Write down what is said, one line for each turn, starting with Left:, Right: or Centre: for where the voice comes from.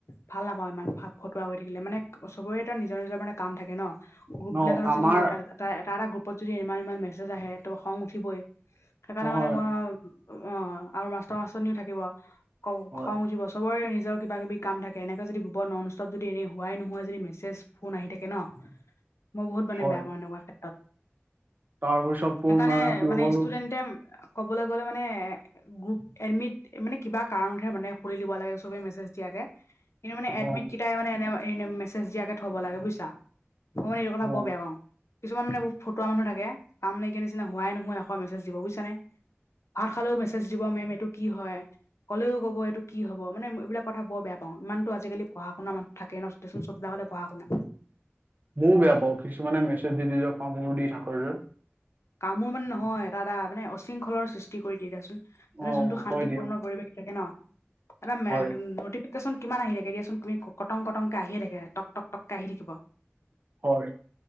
Left: ভাল নাপাওঁ ইমান ফটুৱা কৰি থাকিলে মানে চবৰে নিজৰ নিজৰ মানে কাম থাকে ন। গ্ৰুপ
Right: ন
Left: বিলাকত
Right: আমাৰ
Left: যদি মোবাইলত এ এটা এটা গ্ৰুপত যদি ইমান ইমান মেছেজ আহে ত' খং উঠিবই। সেইকাৰণে
Right: নহয়
Left: মানে মই অ' আৰু মাষ্টৰ মাষ্টনিও থাকিব ক
Right: হয়
Left: খং উথিব চবৰে নিজক কিবা কিবি কাম থাকে এনেক যদি গোপৰ নন ষ্টপ যদি এনেই হোৱাই নোহোৱা যদি মেছেজ ফোন আহি থাকে ন মই বহুত মানে
Right: হয়
Left: বেয়া পাওঁ এনেকুৱা ক্ষেত্ৰত।
Right: তাৰপিছত তোৰ
Left: সেইকাৰণে
Right: কি
Left: মানে
Right: হ'ল
Left: ষ্টুডেণ্টে কবলৈ গ'লে মানে গ্ৰুপ এডমিট মানে কিবা কাৰণতহে মানে খুলি দিব লাগে সবে মেছেজ দিয়াকে। কিন্তু মানে এডমিট
Right: অ
Left: কেইটাই মানে এনে এনে মেছেজ দিয়াকে থ'ব লাগে বুইছা। মই মানে এইটো কথা
Right: অ
Left: বৰ বেয়া পাওঁ কিছুমান মানে ফটুৱোৱা মানুহ থাকে কাম নাইকিয়া নিচিনা হোৱাই নহাই এখোপা মেছেজ দিব বুজিছা নে ভাত খালেও মেছেজ দিব মেম এইটো কি হয়। কলেও কব এইটো কি হব মানে এইবিল কথা বৰেয়া পাওঁ ইমানটো আজিকালি পঢা শুনা মানুহ থাকে ন দে চোন, চবিলাক হলে পঢ়া শুনা।
Right: ময়ো বেয়া পাওঁ কিছুমানে মেছেজ দি দি যে কামোৰ দি থাকে যে
Left: কামোৰ মানে নহয়, এটা এটা মানে অশৃংখলৰ সৃষ্টি কৰি দ দিয়াচোন।
Right: অ
Left: মানে যোনটো শান্তিপূৰ্ণ
Right: হয় দিয়া
Left: পৰিৱেশ থাকে ন এটা
Right: হয়
Left: ন চোন কিমান আহি থাকে দিয়াচোন তুমি কটং কটংকে আহি থাকে ট টক টকে আহি থাকিব।
Right: হয়।